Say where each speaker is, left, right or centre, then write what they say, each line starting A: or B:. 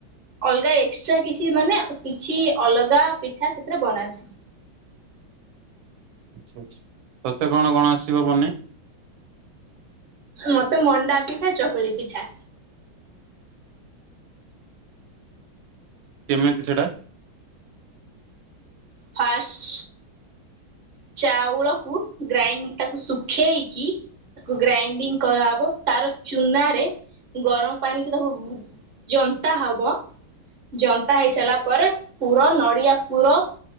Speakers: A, on the right (about 35°); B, on the right (about 80°).
A: ଅଲଗା ଏକ୍ସଟ୍ରା କିଛି ମାନେ କିଛି ଅଲଗା ପିଠା ସେଥିରେ ବନାନ୍ତି।
B: ଆଛା ଆଛା ତତେ କଣ କଣ ଆସିବ ବନେଇ?
A: ମତେ ମଣ୍ଡା ପିଠା ଚକୁଳି ପିଠା।
B: କେମିତି ସେଇଟା।
A: ଫାଷ୍ଟ। ଚାଉଳକୁ ଗ୍ରାଇଣ୍ଡ ତାକୁ ଶୁଖେଇକି ତାକୁ ଗ୍ରାଇଣ୍ଡିଙ୍ଗ କରାହେବ ତାର ଚୁନ ାରେ ଗରମ ପାଣି କି ତାକୁ ଜନ୍ତା ହବ ଜନ୍ତା ହେଇସାରିଲା ପରେ ପୁର ନଡିଆ ପୁର